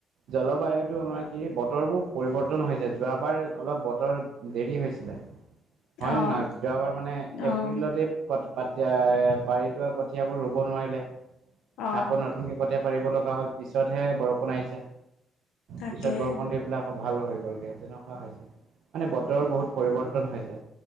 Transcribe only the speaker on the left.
অ',
অ',
অ',
তাকে